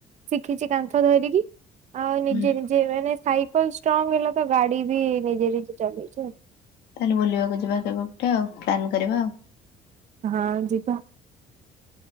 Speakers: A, on the right; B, on the left.
A: ଶିଖିଛି କାନ୍ଥ ଧରିକି ଆଉ ନିଜେ
B: ହୁଁ
A: ନିଜେ ମାନେ ସାଇକଲ ଷ୍ଟ୍ରଙ୍ଗ ହେଲା ତ ଗାଡି ବି ନିଜେ ନିଜେ ଚଲେଇଚି।
B: ତାହେଲେ ବୁଲିବାକୁ ଯିବା କେବେ ଗୋଟେ ଆଉ ପ୍ଲାନ୍ କରିବା ଆଉ
A: ହଁ ଯିବା।